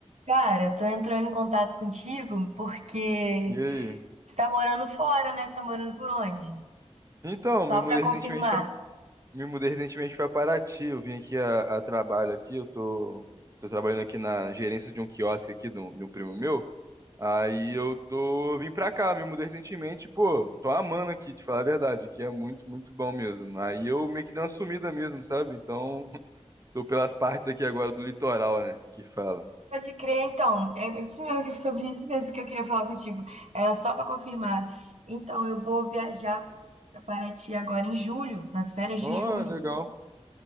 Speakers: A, on the right; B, on the right.
A: Cara, tô entrando em contato contigo porque
B: E aí?
A: você tá morando fora, né? Você tá morando por onde?
B: Então,
A: Só
B: me mudei
A: pra confirmar.
B: recentemente pra, me mudei recentemente para Paraty. Eu vim aqui a, a trabalho aqui. Eu tô, tô trabalhando aqui na gerência de um quiosque aqui de um, de um primo meu. Aí eu tô vim pra cá, me mudei recentemente. Pô, tô amando aqui, te falar a verdade, que é muito, muito bom mesmo. Aí eu meio que dei uma sumida mesmo, sabe? Então, <laughs> tô pelas partes aqui agora do litoral, né? Que fala.
A: Pode crer, então. É isso mesmo, que- sobre isso mesmo que eu queria falar contigo. É só pra confirmar. Então, eu vou viajar pra Paraty agora em julho, nas férias
B: Ó,
A: de julho.
B: legal.